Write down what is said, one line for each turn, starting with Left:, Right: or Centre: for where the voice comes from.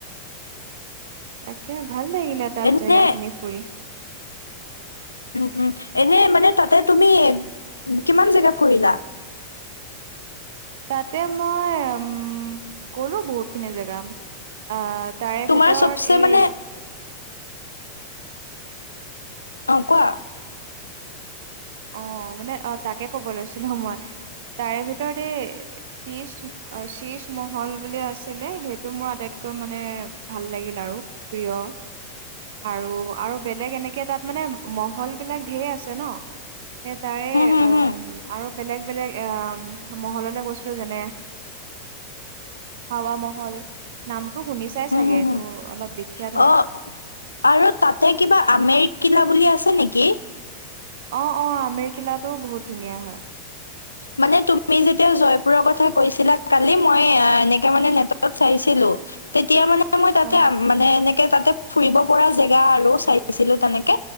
Right: তাকে ভাল লাগিলে তাত
Left: এনে
Right: জেগা খিনি ফুৰি।
Left: উম, উম, এনে মানে তাতে তুমি কিমান জেগা ফুৰিলা।
Right: তাতে মই উ গলো বহুতখিনি জেগা আহ তাৰে
Left: তোমাৰ
Right: ভিতৰত
Left: চবচে
Right: এই।
Left: মানে অ' কোৱা।
Right: অ' মানে অ' তাকে ক'ব লৈছিলো মই। তাৰে ভিতৰত এই শীজ, শীজ মহল বুলি আছিলে সেইটো মোৰ আটাইতকৈ টো মানে ভাল লাগিল আৰু প্ৰিয়। আৰু আৰু বেলেগ এনেকে তাত মানে মহল বিলাক ধেৰ আছে ন। সেই
Left: হম হম হম
Right: বেলেগ বেলেগ আহ মহললে গৈছিলো যেনে। হাৱৰ মহল নাম। তো শুনিচাই
Left: হম
Right: চাগে
Left: হম
Right: এটো
Left: হম
Right: অলপ বিখ্যাত হয়।
Left: অ আৰু তাতে কিবা আমেৰিকিলা বুলি আছে নেকি?
Right: অ' অ' আমেৰিকিলাটোও বহুত ধুনীয়া হয়।
Left: মানে তুমি যেতিয়া জয়পুৰৰ কথা কৈছিলা কালি মই এনেকে মানে নেটত চাইছিলো। তেতিয়া মান। মই তাতে
Right: অ
Left: মানে এনেকে তাতে ফুৰিব পৰা জেগা আৰু চাইছিলো তেনেকে।